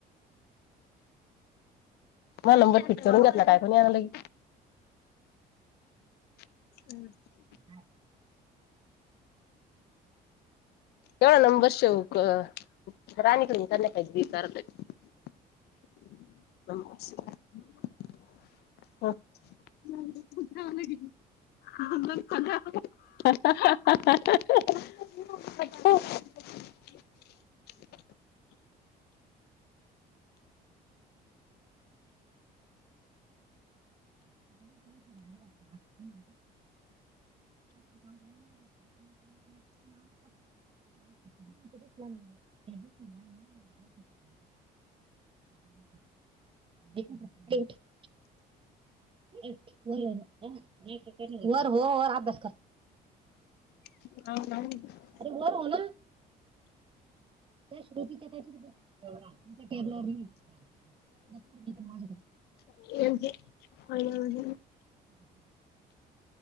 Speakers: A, on the left; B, on the right.
A: मा नंबर फिट करून घेतला काय कोणी यान लगी. <inaudible>
B: झाले.
A: एवढा नंबर सेव कर राणीकडनं कर ना कई बि करा <unintelligible> हा <unintelligible> दोन दोन खाल्यावर मग हा हा हा हा. अ.
B: <inaudible> <inaudible> <inaudible> <inaudible> <unintelligible> <unintelligible> <unintelligible> नर हो वर अभ्यास कर.
A: <unintelligible>
B: अरे वर हो ना. <unintelligible>
A: <unintelligible>
B: <inaudible>